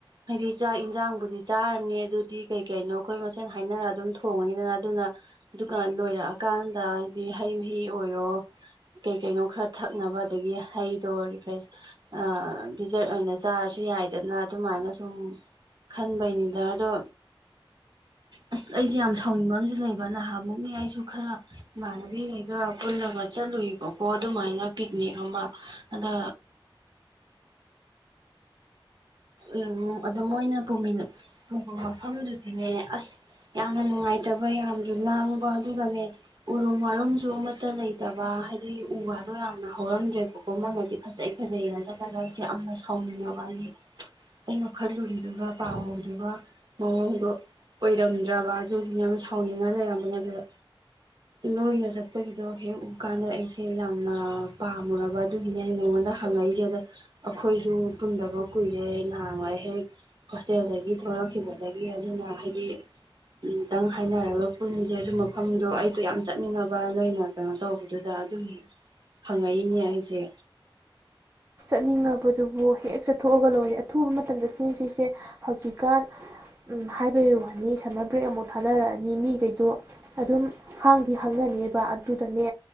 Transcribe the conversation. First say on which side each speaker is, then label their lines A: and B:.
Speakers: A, on the right (about 55°); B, on the right (about 30°).
A: ꯍꯥꯏꯗꯤ ꯆꯥꯛ ꯌꯦꯟꯁꯥꯡꯕꯨꯗꯤ ꯆꯥꯔꯅꯤ ꯑꯗꯨꯗꯤ ꯀꯩ ꯀꯩꯅꯣ ꯑꯩꯈꯣꯏ ꯃꯁꯦꯟ ꯍꯥꯏꯅꯔ ꯑꯗꯨꯝ ꯊꯣꯡꯉꯅꯤꯗꯅ ꯑꯗꯨꯅ ꯑꯗꯨꯒ ꯂꯣꯏꯔꯛꯑꯀꯥꯟꯗ ꯍꯥꯏꯗꯤ ꯍꯩ ꯃꯍꯤ ꯑꯣꯏꯔꯣ ꯀꯩ ꯀꯩꯅꯣ ꯈꯔ ꯊꯛꯅꯕ ꯑꯗꯒꯤ ꯍꯩꯗꯣ ꯔꯤꯐ꯭ꯔꯦꯁ ꯑꯥ ꯗꯤꯖꯔꯠ ꯑꯣꯏꯅ ꯆꯥꯔꯁꯨ ꯌꯥꯏꯗꯅ ꯑꯗꯨꯃꯥꯏꯅ ꯁꯨꯝ ꯈꯟꯕꯩꯅꯤꯗ ꯑꯗꯣ ꯑꯁ ꯑꯩꯁꯦ ꯌꯥꯝ ꯁꯥꯎꯅꯤꯡꯕ ꯑꯃꯥꯗꯤ ꯂꯩꯕ ꯅꯍꯥꯟꯃꯨꯛꯅꯦ ꯑꯩꯁꯨꯅꯦ ꯈꯔ ꯏꯃꯥꯟꯅꯕꯤꯈꯩꯒ ꯄꯨꯜꯂꯒ ꯆꯠꯂꯨꯏꯕꯀꯣ ꯑꯗꯨꯃꯥꯏꯅ ꯄꯤꯛꯅꯤꯛ ꯑꯃ ꯑꯗ ꯎꯝ ꯑꯗ ꯃꯣꯏꯅ ꯄꯨꯃꯤ ꯄꯨꯕ ꯃꯐꯝꯗꯨꯗꯤꯅꯦ ꯑꯁ ꯌꯥꯝꯅ ꯅꯨꯡꯉꯥꯏꯇꯕ ꯌꯥꯝꯁꯨ ꯂꯥꯡꯕ ꯑꯗꯨꯒꯅꯦ ꯎꯔꯨꯝ ꯋꯥꯔꯨꯝꯁꯨ ꯑꯃꯠꯇ ꯂꯩꯇꯕ ꯍꯥꯏꯗꯤ ꯎ ꯋꯥꯗꯣ ꯌꯥꯝꯅ ꯍꯧꯔꯝꯗ꯭ꯔꯦꯕꯀꯣ ꯃꯣꯏꯅꯗꯤ ꯐꯖꯩ ꯐꯖꯩꯅ ꯆꯠꯄ ꯑꯗꯥ ꯑꯩꯁꯦ ꯌꯥꯝꯅ ꯁꯥꯎꯅꯤꯡꯉꯕꯅꯤ ꯑꯩꯅ ꯈꯜꯂꯨꯔꯤꯗꯨꯒ ꯄꯥꯝꯃꯨꯏꯗꯨꯒ ꯃꯑꯣꯡꯗꯣ ꯑꯣꯏꯔꯝꯗ꯭ꯔꯕ ꯑꯗꯨꯒꯤꯅꯦ ꯌꯥꯝ ꯁꯥꯎꯅꯤꯡꯉ ꯂꯩꯔꯝꯕꯅꯦ ꯑꯗꯨꯗ ꯅꯣꯏꯅ ꯆꯠꯄꯒꯤꯗꯣ ꯍꯦꯛ ꯎ ꯀꯥꯟꯗ ꯑꯩꯁꯦ ꯌꯥꯝꯅ ꯄꯥꯝꯃꯨꯔꯕ ꯑꯗꯨꯒꯤꯅꯦ ꯅꯉꯣꯟꯗ ꯍꯪꯉꯛꯏꯁꯦ ꯑꯗ ꯑꯩꯈꯣꯏꯁꯨ ꯄꯨꯟꯗꯕ ꯀꯨꯏꯔꯦ ꯅꯍꯥꯟꯋꯥꯏ ꯍꯦꯛ ꯍꯣꯁꯇꯦꯜꯗꯒꯤ ꯊꯣꯛꯂꯛꯈꯤꯕꯗꯒꯤ ꯑꯗꯨꯅ ꯍꯥꯏꯗꯤ ꯇꯪ ꯍꯥꯏꯅꯔꯒ ꯄꯨꯟꯁꯦ ꯑꯗꯨ ꯃꯐꯝꯗꯣ ꯑꯩꯗꯣ ꯌꯥꯝ ꯆꯠꯅꯤꯡꯉꯕ ꯅꯣꯏꯅ ꯀꯩꯅꯣ ꯇꯧꯕꯗꯨꯗ ꯑꯗꯨꯒꯤ ꯍꯪꯉꯛꯏꯅꯦ ꯑꯩꯁꯦ
B: ꯆꯠꯅꯤꯡꯉꯥꯕꯗꯨꯕꯨ ꯍꯦꯛ ꯆꯠꯊꯣꯛꯑꯒ ꯂꯣꯏꯔꯦ ꯑꯊꯨꯕ ꯃꯇꯝꯗ ꯁꯤꯟ ꯁꯤꯁꯦ ꯍꯧꯖꯤꯛꯀꯥꯟ ꯎꯨꯝ ꯍꯥꯏꯕꯩ ꯋꯥꯅꯤ ꯁꯝꯃꯔ ꯕ꯭ꯔꯦꯛ ꯑꯃꯨꯛ ꯊꯥꯅꯔꯛꯑꯅꯤ ꯃꯤꯈꯩꯗꯣ ꯑꯗꯨꯝ ꯍꯥꯡꯗꯤ ꯍꯥꯡꯅ ꯅꯦꯕꯥ ꯑꯗꯨꯗꯅꯦ